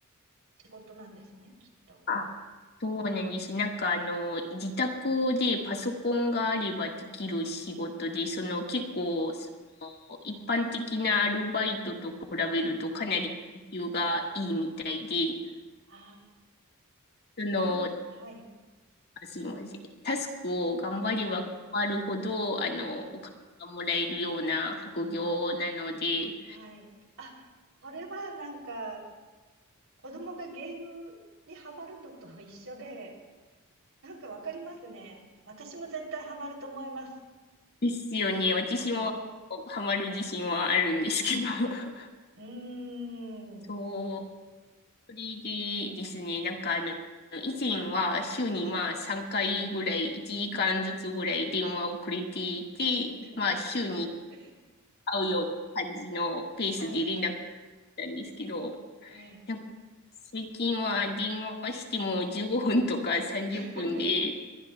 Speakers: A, on the right; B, on the left.
A: 仕事なんですね、きっと。
B: あ、そうなんです。なんか、あの、自宅でパソコンがあればできる仕事で、
A: うん。
B: その、結構、その一般的なアルバイトと比べるとかなり時給がいいみたいで、
A: うん。ああ、
B: その、
A: なん、はい。
B: すいません。タスクを頑張れば頑張るほど、
A: はい。
B: あの、
A: はい。
B: お金がもらえるような副業なので、
A: はい。あ、それはなんか、子供がゲームにハマるのと一緒で、なんかわかりますね。私も絶対ハマると思います。
B: ですよね。私も
A: うん。
B: ハマる自信はあるんですけど。<laughs>
A: うーん。
B: そう。それでですね、なんかあの、以前は週にまあ3回ぐらい、1時間ずつぐらい電話をくれていて、
A: <laughs>
B: まあ週に会うような感じのペースで連絡し
A: はい。
B: たんですけど、
A: ええ。
B: なんか最近は電話しても15分とか30分で、
A: <laughs>